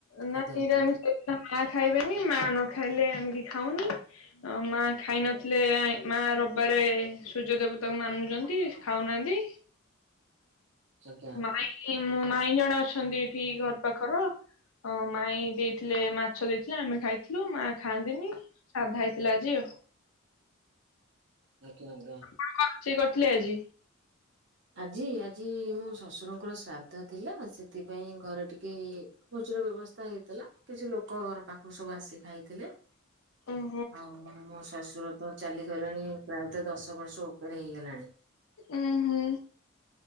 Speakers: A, on the left (about 80°); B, on the right (about 55°).
A: ନାଇ
B: ଖାଦ୍ୟ ହେଇଥିଲା?
A: ନିରାମିଷ ହେଲେ ମା ଖାଇବେନି ମା ନ ଖାଇଲେ ଆମେ ବି ଖାଉନି। ଅ ମା ଖାଇନଥିଲେ ଆ ମା ରବିବାରେ ସୂର୍ଯ୍ୟ ଦେବତାକୁ ମାନୁଛନ୍ତି ଖାଉନାହାନ୍ତି।
B: ଆଜ୍ଞା
A: ମାଇଁ ମୋ ମାଇଁ ଜଣେ ଅଛନ୍ତି ଏଠି ଘର ପାଖର। ମରିଗଲା ସାଧା ହେଇଥିଲା ଆଜି ଆଉ।
B: <unintelligible>
A: କଣ କଣ ରୋଷେଇ କରିଥିଲେ ଆଜି?
B: ଆଜି ଆଜି ମୋ ଶଶୁରଙ୍କର ଶ୍ରାଦ୍ଧ ଥିଲା ସେଥିପାଇଁ ଘରେ ଟିକେ ଭୋଜିର ବ୍ୟବସ୍ଥା ହେଇଥିଲା କିଛି ଲୋକ ଘର ପାଖରୁ ସବୁ ଆସି ଖାଇଥିଲେ।
A: <unintelligible>
B: ଆଉ ମୋ ମୋ ଶଶୁର ତ ଚାଲିଗଲେଣି ପ୍ରାୟତଃ ଦଶ ବର୍ଷ ଉପରେ ହେଇଗଲାଣି।
A: ଉଁ ହୁଁ।